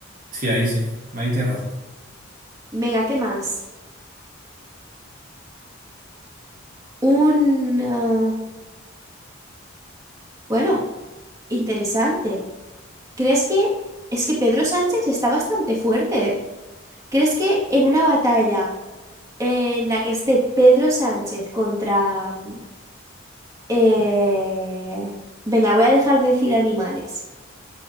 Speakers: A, on the right (about 40°); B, on the right (about 15°).
A: Sí, ahí sí. Ahí tienes razón.
B: Venga, ¿qué más? Un... ah, Bueno, interesante. ¿Crees que es que Pedro Sánchez está bastante fuerte? ¿eh? ¿Crees que en una batalla en la que esté Pedro Sánchez contra... mm, eh, Venga, voy a dejar de decir animales.